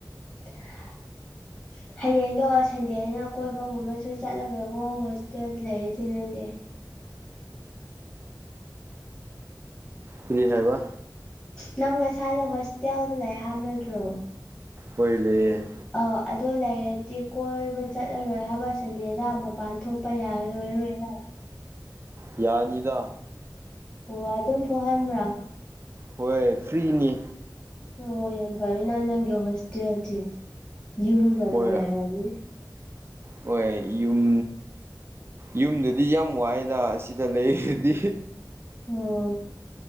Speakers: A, on the left; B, on the right.
A: ꯇꯦ ꯍꯌꯦꯡꯗꯣ ꯁꯟꯗꯦꯅꯦꯅ ꯀꯣꯏꯕꯒꯨꯝꯕꯁꯨ ꯆꯠꯂꯔꯣꯢꯕꯣ ꯍꯣꯁꯇꯦꯜ ꯂꯩꯔꯗꯤ ꯅꯪꯗꯤ
B: ꯀꯔꯤ ꯍꯥꯏꯕ
A: ꯅꯪꯒ ꯅꯁꯥꯗꯣ ꯍꯣꯁꯇꯦꯜꯗ ꯂꯩ ꯍꯥꯢꯕ ꯅꯇ꯭ꯔꯣ
B: ꯍꯣꯢ ꯂꯩꯌꯦ
A: ꯑꯥꯎ ꯑꯗꯣ ꯂꯩꯔꯗꯤ ꯀꯣꯏꯕ ꯆꯠꯂꯔꯣꯏ ꯍꯥꯏꯕ ꯁꯟꯗꯦꯗ ꯃꯄꯥꯟ ꯊꯣꯛꯄ ꯌꯥꯔꯔꯔꯣꯏꯅ
B: ꯌꯥꯅꯤꯗ
A: ꯑꯣ ꯑꯗꯨꯝ ꯊꯣꯛꯍꯟꯕ꯭ꯔꯥ
B: ꯍꯣꯏ ꯐ꯭ꯔꯤꯅꯤ
A: ꯑꯣ ꯌꯥꯝ ꯐꯩꯅ ꯅꯪꯒꯤ ꯍꯣꯁꯇꯦꯜꯗꯤ ꯌꯨꯝꯒ
B: ꯍꯣꯏ
A: ꯃꯥꯟꯅꯔꯝꯃꯤ
B: ꯍꯣꯏ ꯌꯨꯝ ꯌꯨꯝꯗꯗꯤ ꯌꯥꯝ ꯋꯥꯏꯗ ꯁꯤꯗ ꯂꯩꯔꯗꯤ
A: ꯎꯝ